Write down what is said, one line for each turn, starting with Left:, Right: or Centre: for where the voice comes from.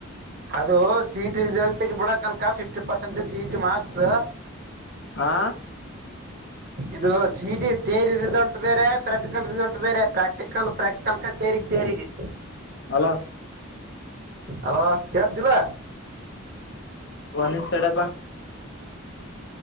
Right: ಅದು ಸಿ ಇ ಟಿ ರಿಸಲ್ಟ್ ಬಿಡಕ್ ಅನ್ಕಾ fifty percent C E T marks.
Left: ಹಾ.
Right: ಇದು C E T theory result ಬೇರೆ ಪ್ರಾಕ್ಟಿಕಲ್ ರಿಸಲ್ಟ್ ಬೇರೆ ಪ್ರಾಕ್ಟಿಕಲ್ ಪ್ರಾಕ್ಟ. ಕಲ್ಕ ತೇಗ್ ತೇರಿಗೆ
Left: ಹಲೋ
Right: ಅಲೋ ಲ್ಲ
Left: ಒನ ಸಡಪ್ಪಾ